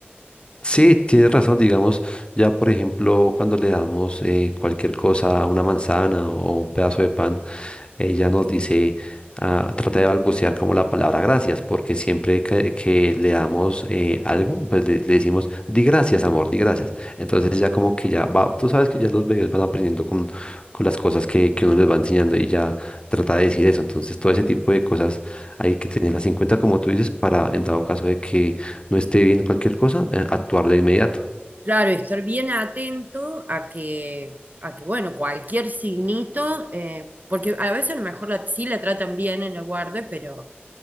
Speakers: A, on the left (about 25°); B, on the right (about 45°).
A: Sí, tienes razón, digamos, ya por ejemplo, cuando le damos eh, cualquier cosa, una manzana o un pedazo de pan, ella nos dice, ah, trata de balbucear como la palabra gracias, porque siempre que, que le damos eh, algo, pues le, le decimos, di gracias, amor, di gracias. Entonces ya como que ya va, tú sabes que ya los bebés van aprendiendo con, con las cosas que, que uno les va enseñando y ya trata de decir eso. Entonces todo ese tipo de cosas hay que tenerlas en cuenta, como tú dices, para en dado caso de que no esté bien cualquier cosa, eh, actuar de inmediato.
B: Claro, y estar bien atento a que, a que bueno, cualquier signito, eh, porque a veces a lo mejor la, sí la tratan bien en la guardia, pero